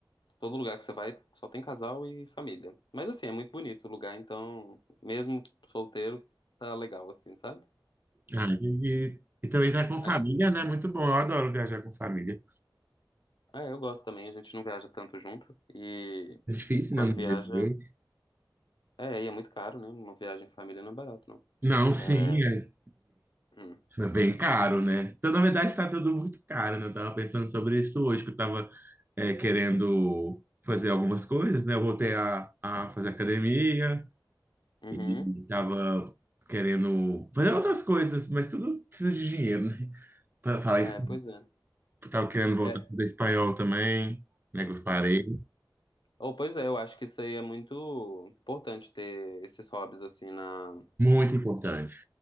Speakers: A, on the left; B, on the right.
A: todo lugar que você vai só tem casal e família. Mas, assim, é muito bonito o lugar, então, mesmo solteiro, tá legal, assim, sabe?
B: Ah, e, e também tá com família,
A: É.
B: né? Muito bom, eu adoro viajar com família.
A: É, eu gosto também, a gente não viaja tanto junto e
B: É difícil,
A: quando
B: né? nos
A: viaja,
B: dias de hoje.
A: é, e é muito caro, né? Uma viagem em família não é barato, não.
B: Não, sim,
A: É,
B: é,
A: Hum.
B: é bem caro, né? Então, na verdade, tá tudo muito caro, né? Eu tava pensando sobre isso hoje, que eu tava é, querendo fazer algumas coisas, né? Eu voltei a, a fazer academia,
A: Uhum.
B: Ele tava querendo fazer outras coisas, mas tudo precisa de dinheiro, né? Para falar
A: É,
B: isso,
A: pois é.
B: tava querendo voltar
A: É,
B: a fazer espanhol também, né? Que eu parei.
A: ou pois é, eu acho que isso aí é muito importante ter esses hobbies assim na,
B: Muito importante,